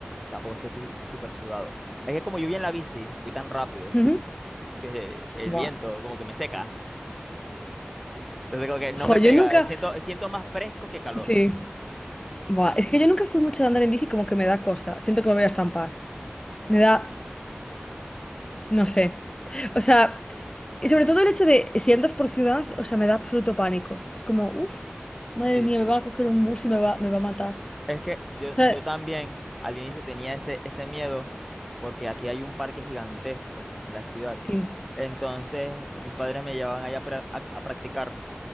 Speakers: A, in the centre; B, on the left.
A: tampoco es que estoy súper sudado. Es que como yo voy en la bici, voy tan rápido
B: Ujú.
A: <laughs> que el
B: Buah.
A: viento como que me seca. Entonces como que no
B: Jo,
A: me
B: yo
A: pega,
B: nunca.
A: eh, siento, siento más fresco que calor.
B: Sí. Buah, es que yo nunca fui mucho de andar en bici, como que me da cosa. Siento que me voy a estampar. Me da, no sé. O sea, y sobre todo el hecho de si andas por ciudad, o sea, me da absoluto pánico. Es como, uff, madre
A: Sí,
B: mía,
A: sí.
B: me va a coger un bus y me va, me va a matar.
A: Es que yo,
B: O sea,
A: yo también al inicio tenía ese, ese miedo porque aquí hay un parque gigantesco en la ciudad.
B: sí,
A: Entonces mis padres me llevaban allá pra- a a practicar.